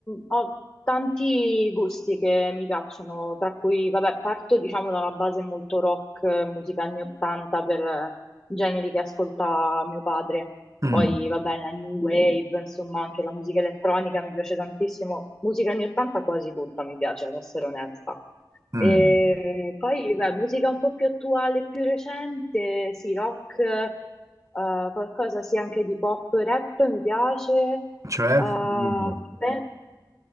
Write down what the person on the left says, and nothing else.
ho tanti gusti che mi piacciono, tra cui, vabbè, parto diciamo da una base molto rock, eh, musica anni 80 per eh, generi che ascolta mio padre.
Poi, vabbè, la new wave, insomma, anche la musica elettronica mi piace tantissimo. Musica anni 80 quasi tutta mi piace, ad essere onesta.
E poi, beh, musica un po' più attuale, più recente, sì, rock, eh, qualcosa sì anche di pop, rap mi piace.
Eh,
me-